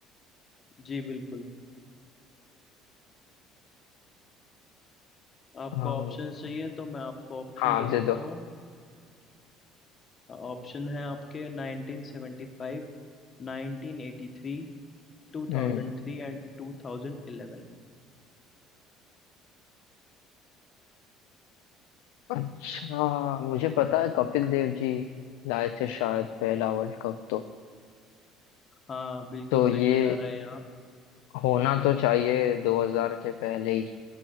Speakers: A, on the left (about 35°); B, on the left (about 85°).
A: जी बिल्कुल आपको
B: हाँ
A: ऑप्शन चाहिए तो मैं आपको ऑप्शन
B: हाँ,
A: दे
B: दे
A: सकता
B: दो
A: हूँ ऑप्शन है आपके 1975 1983 2003
B: हम्म
A: एंड 2011
B: अच्छा मुझे पता है कपिल देव जी लाए थे शायद पहला वर्ल्ड कप तो
A: हाँ बिल्कुल
B: तो
A: सही
B: ये
A: जा रहे हैं आप
B: होना तो चाहिए 2000 के पहले ही